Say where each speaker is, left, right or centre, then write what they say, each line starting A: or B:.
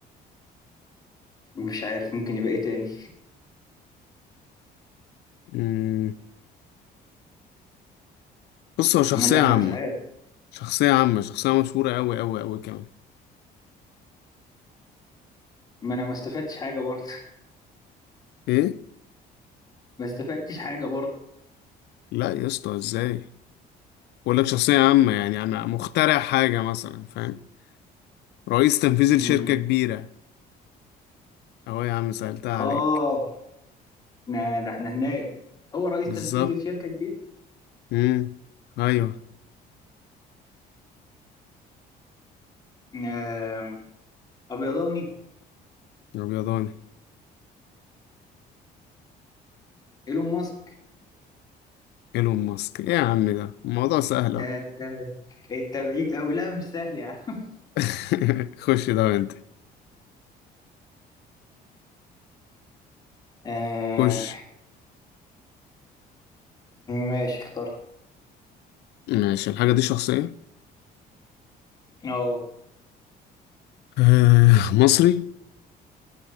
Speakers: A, on the left; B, on the left.
A: مش عارف ممكن يبقى ايه تاني
B: أمم، بص هو شخصية
A: لا
B: عامة
A: انا مش عارف
B: شخصية عامة شخصية مشهورة أوي أوي أوي كمان
A: ما انا ما استفدتش حاجة برضه
B: ايه
A: <laughs> ما استفدتش حاجة
B: لا يا اسطى ازاي بقول لك شخصية عامة يعني عم- مخترع حاجة مثلا فاهم رئيس تنفيذي
A: برضه
B: لشركة كبيرة اهو يا عم سألتها
A: آه
B: عليك
A: نا- ده احنا هناك هو رئيس
B: بالظبط
A: تنفيذي لشركة كبيرة
B: امم ايوه
A: آم، أبيضاني
B: الابيضاني
A: إيلون ماسك
B: ايلون ماسك ايه يا عم ده الموضوع سهل
A: ده
B: اهو
A: انت انت بعيد أوي لا مش سهل يا عم
B: <laughs> خش ده وانت
A: آه
B: خش
A: ماشي اخترت
B: ماشي الحاجة دي شخصية
A: أه
B: آه، مصري